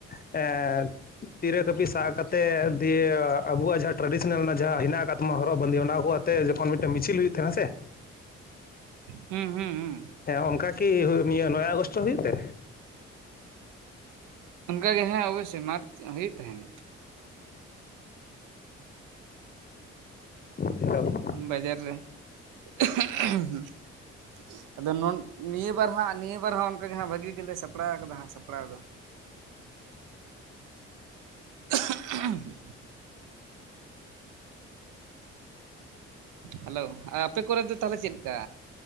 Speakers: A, on the left; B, on the right.
A: ᱮ ᱛᱤᱨᱮ ᱠᱟᱹᱯᱤ ᱥᱟᱵ ᱠᱟᱛᱮᱫ ᱛᱮ ᱫᱤᱭᱮ ᱟᱵᱚᱣᱟᱜ ᱡᱟᱦᱟᱸ ᱴᱨᱟᱰᱤᱥᱚᱱᱟᱞ ᱨᱮᱱᱟᱜ ᱡᱟᱦᱟᱸ ᱦᱮᱱᱟᱜ ᱟᱠᱟᱫ ᱛᱟᱢᱟ ᱦᱚᱨᱚᱜ ᱵᱟᱸᱫᱮ ᱚᱱᱟ ᱠᱚ ᱛᱮ ᱡᱚᱠᱷᱚᱱ ᱢᱤᱫᱴᱮᱱ ᱢᱤᱪᱤᱞ ᱦᱩᱭᱩᱜ ᱛᱟᱦᱮᱱᱟ ᱥᱮ
B: ᱦᱩᱸ ᱦᱩᱸ ᱦᱩᱸ᱾
A: ᱦᱮᱸ ᱚᱱᱠᱟ ᱠᱤ ᱱᱤᱭᱟᱹ ᱱᱚᱭᱮ ᱟᱜᱚᱥᱴ ᱨᱮ ᱦᱩᱭᱩᱜ ᱛᱮ?
B: ᱚᱱᱠᱟ ᱜᱮ ᱦᱮᱸ ᱚᱵᱚᱥᱥᱳᱭ ᱢᱟᱨᱪ ᱦᱩᱭᱩᱜ ᱛᱟᱦᱮᱱ ᱾
A: <unintelligible>
B: ᱵᱟᱡᱟᱨ ᱨᱮ <unintelligible> ᱟᱫᱚ ᱱᱤᱭᱟᱹ ᱵᱟᱨ ᱦᱟᱸᱜ ᱱᱤᱭᱟᱹ ᱵᱟᱨ ᱦᱚᱸ ᱚᱱᱠᱟ ᱜᱮ ᱦᱟᱸᱜ ᱵᱷᱟᱹᱜᱤ ᱜᱮᱞᱮ ᱥᱟᱯᱲᱟᱣ ᱠᱟᱫᱟ ᱦᱟᱸᱜ, ᱥᱟᱯ ᱥᱟᱯᱲᱟᱣ ᱫᱚ <unintelligible> ᱦᱮᱞᱳ, ᱟᱯᱮ ᱠᱚᱨᱮ ᱫᱚ ᱛᱟᱦᱚᱞᱮ ᱪᱮᱫᱞᱮᱠᱟ? ᱪᱮᱠᱟ